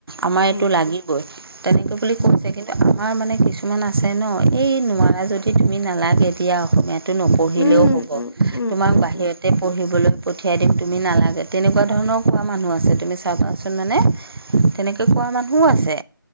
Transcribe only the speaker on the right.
আমাৰ
এইটো লাগি- বৈ, তেনেকে বুলি কৈছে
কিন্তু, আমাৰ মানে কিছুমান আ- ছে ন, এই নোৱাৰা যদি তুমি নালাগে দিয়া অসমীয়াত- টো নপঢ়িলেও
হ'ব,
তোমাক
বাহিৰতে
পঢ়িবলৈ- ঠিয়াই দিম তুমি নালাগে, তেনেকুৱা ধৰণৰ কোৱা মানুহ আছে। তুমি চাবাচোন মানে- তেনেকৈ কোৱা মানুহো আছে।